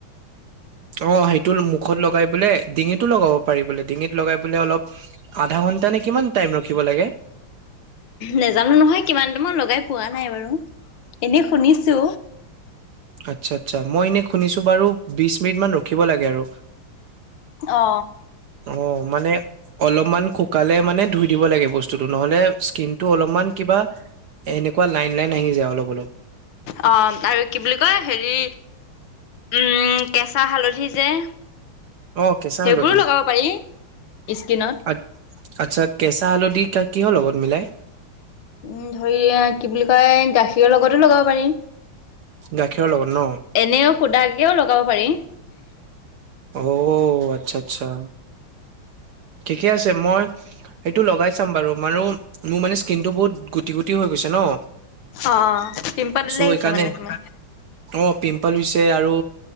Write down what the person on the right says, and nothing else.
অ সেইটো মুখত লগাই পেলাই, ডিঙিতো লগাব পাৰি বোলে, ডিঙিত লগাই পেলাই অলপ। আধা ঘণ্টা নে, কিমান টাইম ৰখিব লাগে।
আচ্ছা আচ্ছা মই এনেই শুনিছোঁ বাৰু, বিশ মিনিট মান ৰখিব লাগে আৰু।
অ মানে, অলপমান শুকালে মানে ধুই দিব লাগে বস্তুটো। নহ'লে স্কিনটো অলপমান কিবা, এনেকুৱা লাইন লাইন আহি যায় অলপ অলপ।
অ কেঁচা হালধি
আ আচ্ছা কেঁচা হালধি কিহৰ লগত মিলাই?
গাখীৰৰ লগত ন।
অও আচ্ছা আচ্ছা। ঠিকে আছে, মই সেইটো লগাই চাম বাৰু মোৰও মোৰ মানে স্কিন টো বহুত গোট গুটি গুটি হৈ গৈছে ন।
চ'
এইকাৰণে,
অ পিম্পল হৈছে আৰু,